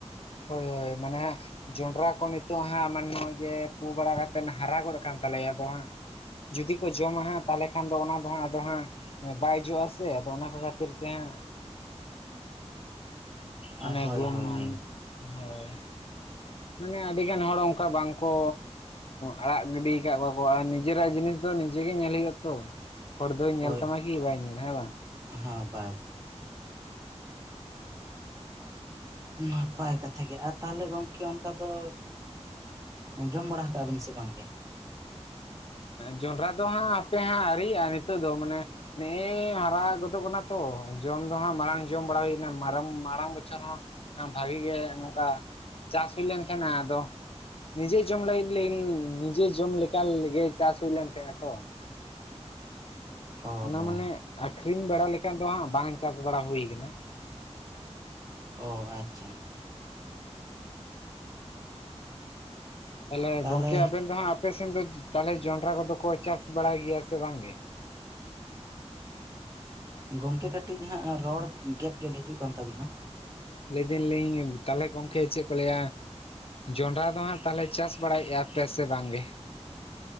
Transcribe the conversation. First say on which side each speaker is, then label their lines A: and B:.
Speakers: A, on the left (about 55°); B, on the right (about 30°).
A: ᱦᱳᱭ ᱦᱳᱭ ᱢᱟᱱᱮ ᱦᱟ ᱡᱚᱸᱰᱨᱟ ᱠᱚ ᱱᱤᱛᱚᱜ ᱦᱟᱸᱜ ᱢᱟᱱᱮ ᱱᱚ-ᱚᱭ ᱜᱮ ᱯᱩ ᱵᱟᱲᱟ ᱠᱟᱛᱮᱫ ᱦᱟᱨᱟ ᱜᱚᱫ ᱟᱠᱟᱱ ᱛᱟᱞᱮᱭᱟ ᱟᱫᱚ ᱦᱟᱸᱜ ᱡᱩᱫᱤ ᱠᱚ ᱡᱚᱢᱟ ᱦᱟᱸᱜ ᱛᱟᱦᱚᱞᱮ ᱠᱷᱟᱱ ᱫᱚ ᱚᱱᱟ ᱫᱚ ᱦᱟᱸᱜ ᱟᱫᱚ ᱦᱟᱸᱜ ᱵᱟᱭ ᱡᱚᱜᱼᱟᱥᱮ ᱟᱫᱚ ᱚᱱᱟ ᱠᱚ ᱠᱷᱟᱹᱛᱤᱨ ᱛᱮ ᱦᱟᱸᱜ᱾
B: <inaudible>
A: ᱢᱟᱱᱮ
B: ᱦᱳᱭ
A: ᱜᱩᱢ
B: ᱦᱳᱭ ᱦᱳᱭ
A: ᱦᱳᱭ ᱢᱟᱱᱮ ᱟᱹᱰᱤᱜᱟᱱ ᱦᱚᱲ ᱚᱱᱠᱟ ᱵᱟᱝᱠᱚ ᱟᱲᱟᱜ ᱜᱤᱰᱤ ᱟᱠᱟᱫ ᱠᱚᱣᱟᱠᱚ ᱟᱨ ᱱᱤᱡᱮᱨᱟᱜ ᱡᱤᱱᱤᱥ ᱫᱚ ᱱᱤᱡᱮ ᱜᱮ ᱧᱮᱞ ᱦᱳᱭᱳᱜ ᱛᱚ ᱦᱚᱲ ᱫᱚᱭ ᱧᱮᱞ
B: ᱦᱳᱭ
A: ᱛᱟᱢᱟ ᱠᱤ ᱵᱟᱭ ᱧᱮᱞᱟ ᱦᱮᱸ ᱵᱟᱝ?
B: ᱦᱮᱸ ᱵᱟᱭ ᱱᱟᱯᱟᱭ ᱠᱟᱛᱷᱟ ᱜᱮ ᱟᱨ ᱛᱟᱦᱟᱞᱮ ᱜᱚᱝᱠᱮ ᱚᱱᱠᱟ ᱫᱚ ᱡᱚᱢ ᱵᱟᱲᱟ ᱠᱟᱜ ᱵᱤᱱ ᱥᱮ ᱵᱟᱝᱜᱮ?
A: ᱡᱚᱸᱰᱨᱟ ᱫᱚ ᱦᱟᱸᱜ ᱟᱯᱮ ᱦᱟᱸᱜ ᱟᱣᱹᱨᱤᱭᱟᱜᱼᱟ ᱱᱤᱛᱚᱜ ᱫᱚ ᱢᱟᱱᱮ ᱱᱮᱜᱼᱮ ᱦᱟᱨᱟ ᱜᱚᱫᱚᱜ ᱠᱟᱱᱟ ᱛᱚ ᱡᱚᱢ ᱫᱚ ᱦᱟᱸᱜ ᱢᱟᱲᱟᱝ ᱡᱚᱢ ᱵᱟᱲᱟ ᱦᱩᱭᱱᱟᱝ ᱢᱟᱨᱟᱝ ᱵᱚᱪᱷᱚᱨ ᱦᱚᱸ ᱵᱷᱟᱜᱤ ᱜᱮ ᱱᱚᱝᱠᱟ ᱪᱟᱥ ᱦᱩᱭ ᱞᱮᱱ ᱛᱟᱦᱮᱸᱱᱟ ᱟᱫᱚ ᱱᱤᱡᱮ ᱡᱚᱢ ᱞᱟᱹᱜᱤᱫ ᱱᱤᱡᱮ ᱡᱚᱢ ᱞᱮᱠᱟᱜᱮ ᱪᱟᱥ ᱦᱩᱭ ᱞᱮᱱ ᱛᱟᱦᱮᱸᱜᱼᱟ ᱛᱚ᱾
B: ᱚ
A: ᱚᱱᱟ
B: ᱚ
A: ᱢᱟᱱᱮ ᱟᱠᱠᱷᱨᱤᱧ ᱵᱟᱲᱟ ᱞᱮᱠᱷᱟᱱ ᱫᱚ ᱦᱟᱸᱜ ᱵᱟᱝ ᱪᱟᱥ ᱵᱟᱲᱟ ᱦᱩᱭ ᱟᱠᱟᱱᱟ᱾
B: ᱚ ᱟᱪᱪᱷᱟ
A: ᱛᱟᱦᱟᱞᱮ
B: ᱛᱟᱦᱚᱞᱮ
A: ᱜᱚᱝᱠᱮ ᱟᱵᱮᱱ ᱫᱚ ᱦᱟᱸᱜ ᱟᱞᱮᱥᱮᱱ ᱫᱚ ᱛᱟᱦᱟᱞᱮ ᱡᱚᱱᱰᱨᱟ ᱠᱚᱫᱚ ᱠᱚ ᱪᱟᱥ ᱵᱟᱲᱟᱭ ᱜᱮᱭᱟ ᱥᱮ ᱵᱟᱝ ᱜᱮ?
B: ᱜᱚᱝᱠᱮ ᱠᱟᱹᱴᱤᱡ ᱦᱟᱸᱜ ᱨᱚᱲ ᱜᱮᱫ ᱜᱮᱫ ᱦᱤᱡᱩᱜ ᱠᱟᱱ ᱛᱟᱵᱤᱱᱟ᱾
A: ᱞᱟᱹᱭᱮᱫᱤᱱ ᱞᱤᱧ ᱛᱟᱦᱚᱞᱮ ᱜᱚᱢᱠᱮ ᱪᱮᱫ ᱠᱚ ᱞᱟᱹᱭᱟ ᱡᱚᱱᱰᱨᱟ ᱫᱚ ᱦᱟᱸᱜ ᱛᱟᱦᱚᱞᱮ ᱪᱟᱥ ᱵᱟᱲᱟᱭᱮᱫᱼᱟᱯᱮ ᱥᱮ ᱵᱟᱝᱜᱮ?